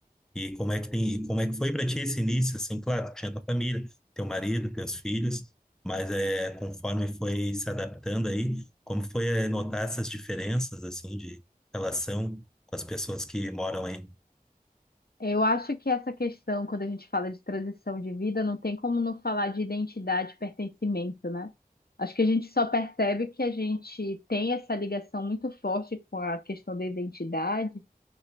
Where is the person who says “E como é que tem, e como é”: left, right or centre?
Centre